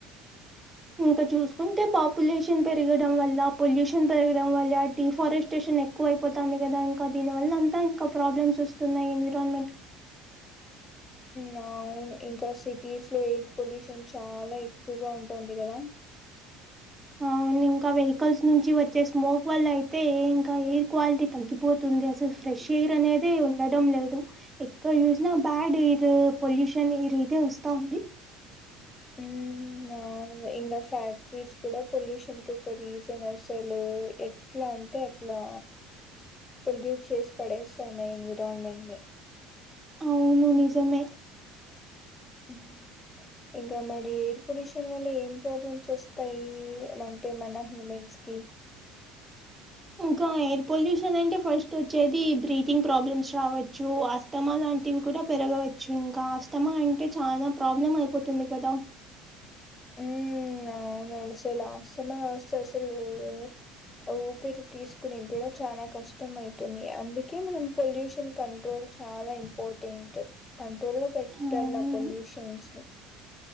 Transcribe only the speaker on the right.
ఇంకా చూసుకుంటే పాపులేషన్ పెరగడం వల్లా, పొల్యూషన్ పెరగడం వల్లా, డిఫారెస్టేషన్ ఎక్ క్కువై పోతాంది కదా ఇంకా దీని వల్ల అంతా ఇంకా ప్రాబ్లమ్స్ వస్తున్నాయి ఎన్విరాన్మెంట్ కి.
అవును ఇంకా వెహికల్స్ నుంచి వచ్చే స్మోక్ వల్లా అయితే ఇంకా ఎయిర్ క్వాలిటీ తగ్గిపోత్ తుంది అసలు ఫ్రెష్ ఎయిర్ అనేదే ఉండడం లేదు. ఎక్కడ చూశినా బ్యాడ్ ఎయిరూ, పొల్యూషన్ ఎయిర్ ఇదే వస్తా ఉంది.
అవును నిజమే
ఇంకా ఎయిర్ పొల్యూషన్ అంటే ఫస్ట్ వచ్చేదీ బ్రీతింగ్ ప్రాబ్లమ్స్ రావచ్చూ ఆస్త్ తమా లాంటివి కూడా పెరగవచ్చు ఇంకా ఆస్తమా అంటే చానా ప్రాబ్లం అయిపోతుంది కదా.
అవును